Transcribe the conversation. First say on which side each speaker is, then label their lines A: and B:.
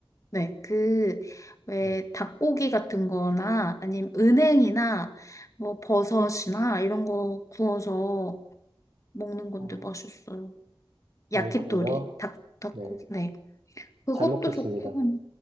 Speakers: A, on the left; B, on the right.
A: 네, 그, 왜,
B: 네.
A: 닭고기 같은 거나, 아니면 은행이나, 뭐, 버섯이나, 이런 거 구워서 먹는 건데
B: 어,
A: 맛있어요.
B: 어,
A: 야키토리,
B: 그래요?
A: 닭, 닭고기,
B: 네.
A: 네. 그것도
B: 잘 먹겠습니다.
A: 좋고.